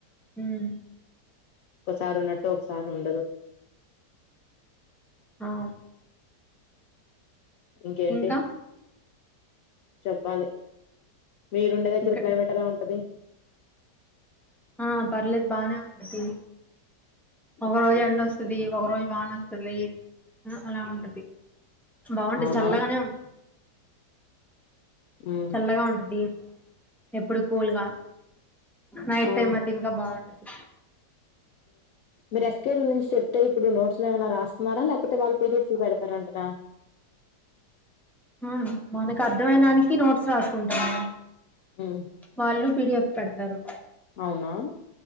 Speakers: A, in the centre; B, on the left.
A: మ్మ్
B: ఒకసారి ఉన్నట్టు ఒకసారి ఉండదు
A: ఆవు
B: ఇంకేంటి
A: ఇంకా
B: చెప్పాలి మీరుండే దగ్గర
A: ఇక్కడ
B: క్లైమేట్ ఎలా ఉంటది
A: ఆ పర్లేదు బానే ఉంటది ఒగ
B: అవునా?
A: రోజు ఎండ వస్తది ఒగ రోజు వాన వస్తది ఆ అలా ఉంటది బాగుంటది
B: అవునా
A: చల్లగానే ఉంటది
B: ఉమ్
A: చల్లగా ఉంటది ఎప్పుడు కూల్గా నైట్
B: ఆ
A: టైమ్ అయితే ఇంకా బాగుంటది
B: మీరు ఎస్. క్యు. ఎల్ నుంచి చెప్తే ఇప్పుడు నోట్స్లు ఏమైనా రాస్తున్నారా లేక పోతే వాళ్ళు పి. డి. ఎఫ్ పెడతారంటనా
A: ఆ మనకు అర్థమయడానికి నోట్స్ రాసుకుంటాం
B: హ్మ్.
A: వాళ్ళు పి. డి. ఎఫ్ పెడతారు
B: అవునా